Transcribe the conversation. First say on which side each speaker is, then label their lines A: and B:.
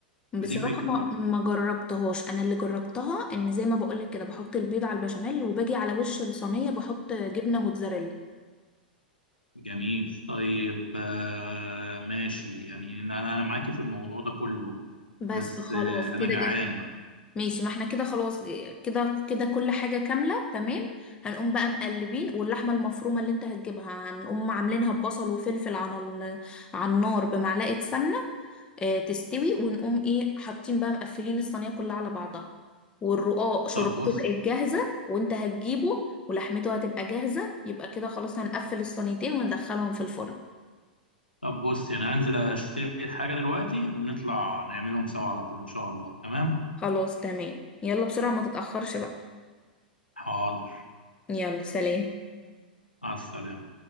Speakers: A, on the left; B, on the left.
A: بصراحة
B: فدي فكرة
A: ما
B: برضو
A: ما
B: يعني
A: جربتهاش انا اللي جربتها ان زي ما بقولك كده بحط البيض على البشاميل وباجي على وش الصينية بحط جبنة موتزاريلا
B: جميل طيب آه ماشي يعني انا انا معاكي في الموضوع ده كله
A: بس
B: بس
A: خلاص
B: آه انا
A: كده
B: جعان
A: جاهز
B: بقى
A: ماشي ما احنا كده خلاص كده كده كل حاجة كاملة تمام هنقوم بقى مقلبين واللحمة المفرومة اللي انت هتجيبها هنقوم عاملينها ببصل وفلفل على ال- على النار بمعلقة سمنة اه تستوي ونقوم ايه حاطين بقى مقفلين الصينية كلها على بعضها والرقاق شربته
B: طب بص
A: بقت جاهزة وانت هتجيبه ولحمته هتبقى جاهزة يبقى كده خلاص هنقفل الصينيتين وندخلهم في الفرن
B: طب بص يعني هنزل اشتري حاجة دلوقتي ونطلع نعملهم سوا على طول ان شاء الله تمام
A: خلاص تمام يلا بسرعة ما تتأخرش بقى
B: حاضر
A: يلا سلام
B: مع السلامة